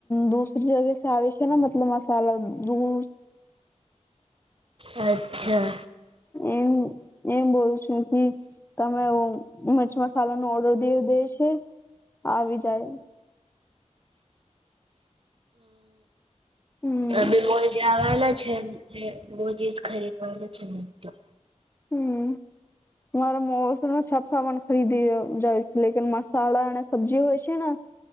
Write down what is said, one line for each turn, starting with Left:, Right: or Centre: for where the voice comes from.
Left: દુસરી જગ્યા આવે છે ને મતલબ માસાલા દૂર
Right: અચ્છા
Left: એમ એમ બોલ છું કે તમે મરચ મસાલા નો ઓર્ડર દઈ દે છે આવી જાય હમ
Right: અ બી બોલ જવાના છે હ બોવ ચીઝ ખરીદવા નથી મળતી
Left: હમ મારા મોમાં સબ સામાન ખરીદી જાય છે લે મસાલા અને સબ્જી હોય છે ને